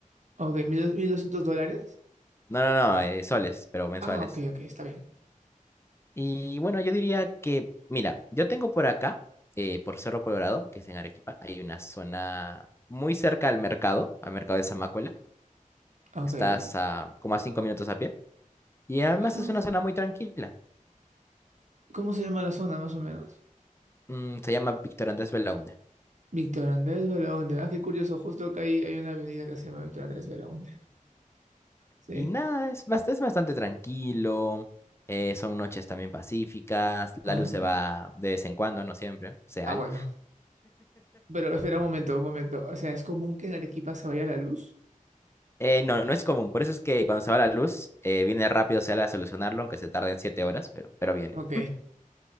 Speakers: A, on the right; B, on the left.
A: Ok, mil 1200 dólares.
B: No, no, no, eh, soles, pero mensuales.
A: Ah, ok, ok, está bien.
B: Y bueno, yo diría que, mira, yo tengo por acá, eh, por Cerro Colorado, que es en Arequipa, hay una zona muy cerca al mercado, al mercado de Zamácuela.
A: Ok.
B: Estás a como a cinco minutos a pie. Y además
A: Ah,
B: es una zona muy tranquila.
A: ¿cómo se llama la zona, más o menos?
B: Mm, se llama Víctor Andrés Belaunde.
A: Víctor Andrés Belaúnde. Ah, qué curioso, justo acá ahí hay una avenida que se llama Víctor Andrés Belaúnde. Sí.
B: Y nada, es bast- es bastante tranquilo. eh, son noches también pacíficas. La
A: Ah.
B: luz se va de vez en cuando, no siempre, Seal.
A: Ah, bueno. Pero espera un momento, un momento. O sea, ¿es común que en Arequipa se vaya la luz?
B: Eh, no, no es común. Por eso es que cuando se va la luz, eh, viene rápido Seal a solucionarlo, aunque se tarden siete horas, pero, pero viene.
A: Ok,